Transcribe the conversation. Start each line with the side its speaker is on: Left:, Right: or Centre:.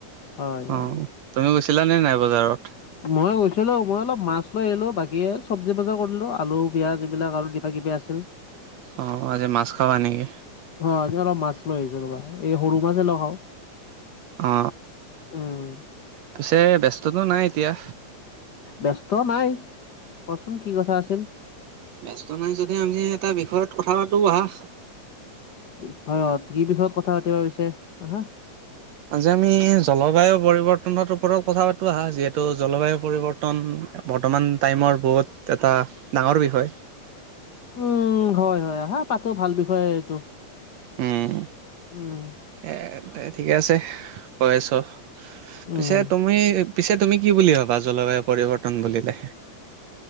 Left: হয় হয়
Right: অ তুমি গৈছিলানে নাই বজাৰত?
Left: মই গৈছিলো মই অলপ মাছ লৈ আহিলো বাকী চব্জি বজাৰ কৰিলো আলু, পিয়াজ এইবিলাক আৰু কিবা কিবি আছিল।
Right: অ আজি মাছ খাবা নেকি?
Left: অ এনে অলপ মাছ লৈ আহিছো ৰবা, এই সৰু মাছে ল খাওঁ।
Right: অ
Left: উম
Right: পিছে ব্যস্ততো নাই এতিয়া?
Left: ব্যস্ত নাই, কোৱাচোন কি কথা আছিল?
Right: ব্যস্ত নাই যদি আমি এটা বিষয়ত কথা পাতো আহা।
Left: বিষয়ত কি বিষয়ত কথা পাতিবা পিছে আহা।
Right: আজি আমি জলবায়ু পৰিৱৰ্তনৰ ওপৰত কথা পাতো আহা যিহেতু জলবায়ু পৰিৱৰ্তন বৰ্তমান টাইমৰ বহুত এটা ডাঙৰ বিষয়।
Left: উম হয় হয় আহা পাতো ভাল বিষয়ে এইটো।
Right: উম।
Left: উম।
Right: এ দে ঠিকে আছে কৈ আছো
Left: উম
Right: পিছে তুমি পিছে তুমি কি বুলি ভবা জলবায়ু পৰিৱৰ্তন বুলিলে?